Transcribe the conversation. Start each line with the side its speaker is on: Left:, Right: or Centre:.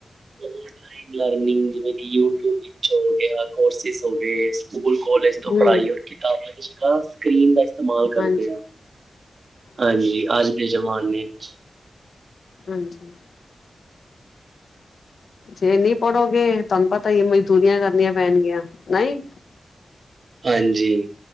Right: ਓਨਲਾਈਨ ਲਰਨਿੰਗ ਜਿਵੇਂ ਕਿ ਯੂਟਿਊਬ ਵਿੱਚ ਹੋ ਗਿਆ ਕੋਰਸਿਸ ਹੋਗੇ। ਸਕੂਲ ਕਾਲਜ ਤੋਂ
Left: ਹਮ
Right: ਪੜ੍ਹਾਈ ਔਰ ਕਿਤਾਬਾਂ ਦੀ ਜਗ੍ਹਾ ਸਕਰੀਨ ਦਾ ਇਸਤੇਮਾਲ ਕਰਦੇ
Left: ਹਾਂਜੀ
Right: ਆ ਹਾਂਜੀ ਅੱਜ ਦੇ ਜ਼ਮਾਨੇ ਚ,
Left: ਹਾਂਜੀ। ਜੇ ਨੀ ਪੜੋਗੇ ਤੁਹਾਨੂੰ ਪਤਾ ਈ ਮਜ਼ਦੂਰੀਆਂ ਕਰਨੀਆਂ ਪੈਣਗੀਆਂ ਨਈ।
Right: ਹਾਂਜੀ,